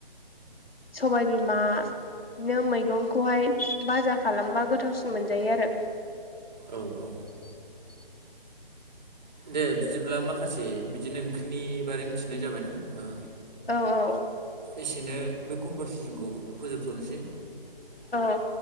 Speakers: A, on the left (about 75°); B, on the right (about 50°).
A: सबायबिमा बिदिनो मैगंखौहाय भाजा खालामबा गोथावसिन मोनजायो आरो
B: औ औ दे बिदिब्ला माखासे बिदिनो ओंख्रिनि बारै मिथिनाय जाबायना ओ
A: औ औ
B: एसेनो बे कनभारसेसनखौ फोजोबथ'नोसै
A: औ